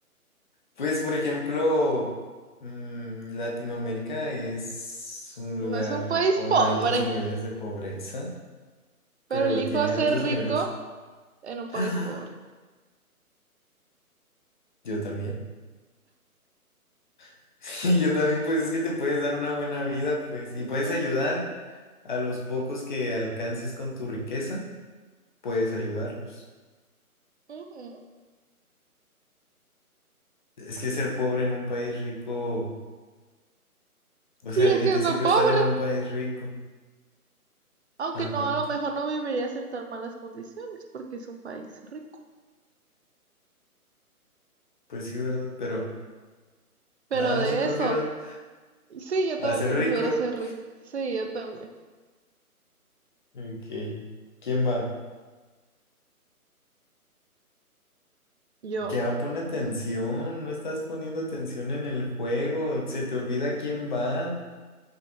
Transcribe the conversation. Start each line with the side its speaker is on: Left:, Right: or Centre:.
Left: Pues, por ejemplo, mm, Latinoamérica es un
Right: <laughs> no
Left: lugar
Right: es un país
Left: con
Right: pobre,
Left: altos niveles de pobreza,
Right: pero
Left: pero
Right: elijo
Left: tiene
Right: ser
Left: altos
Right: rico
Left: niveles.
Right: en un país
Left: ¡Ah!
Right: pobre.
Left: Yo también. <laughs> Yo también, pues es que te puedes dar una buena vida, pues, y puedes
Right: Ujú,
Left: ayudar a los pocos que alcances con tu riqueza, puedes ayudarlos.
Right: ujú.
Left: Es que ser pobre en un país rico, o sea,
Right: Sigue
Left: ¿de qué
Right: siendo
Left: te sirve
Right: pobre,
Left: estar en un país rico?
Right: aunque
Left: Ajá,
Right: no, a lo mejor no vivirías en tan malas condiciones porque es un país rico.
Left: pues sí, ¿verdad? Pero
Right: Pero
Left: nada,
Right: de
Left: sí prefiero
Right: eso, sí, yo
Left: hacer
Right: también prefiero
Left: rico.
Right: ser rico. Sí, yo también.
Left: Ok. ¿Quién va?
Right: Yo.
Left: Ya pon atención, no estás poniendo atención en el juego, se te olvida quién va.